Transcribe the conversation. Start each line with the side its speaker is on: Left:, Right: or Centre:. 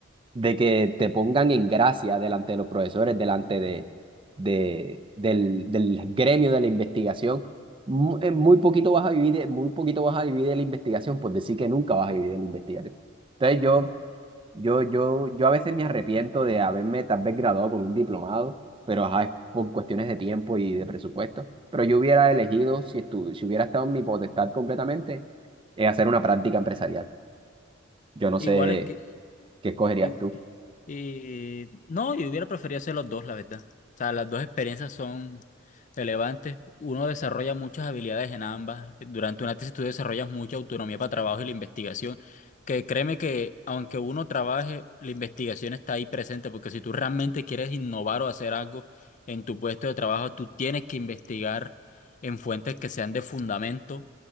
Right: de que te pongan en gracia delante de los profesores, delante de, de, del, del gremio de la investigación. Mu- en Muy poquito vas a vivir, de- muy poquito vas a vivir de la investigación, por decir que nunca vas a vivir de la investigación. Entonces yo, yo, yo, yo a veces me arrepiento de haberme tal vez graduado con un diplomado, pero ajá, es por cuestiones de tiempo y de presupuesto. Pero yo hubiera elegido, si estu- si hubiera estado en mi potestad completamente, eh, hacer una práctica empresarial. Yo no
Left: Igual
Right: sé
Left: es que
Right: qué escogerías
Left: Y,
Right: tú.
Left: y- no, yo hubiera preferido hacer los dos, la verdad. O sea, las dos experiencias son relevantes. Uno desarrolla muchas habilidades en ambas. Durante una tesis tú desarrollas mucha autonomía para trabajo y la investigación. Que créeme que aunque uno trabaje, la investigación está ahí presente, porque si tú realmente quieres innovar o hacer algo en tu puesto de trabajo, tú tienes que investigar en fuentes que sean de fundamento,